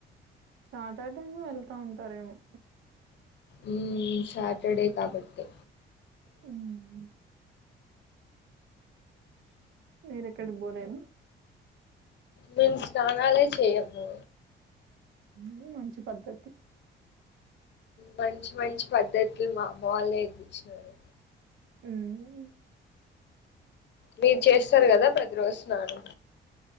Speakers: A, on the right; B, on the left.
A: సాటర్డేనే వెళ్తా ఉంటారేమో
B: మ్మ్ సాటర్డే కాబట్టే
A: మ్మ్ మీరెక్కడిక్ బోలేదు
B: మేం స్నానాలే చెయము
A: మ్ మంచి పద్ధతి
B: మంచి మంచి పద్ధతులు మా అమ్మ వాళ్ళు నేర్పించినారు
A: మ్మ్మ్
B: మీర్ చేస్తారు కదా ప్రతి రోజు స్నానం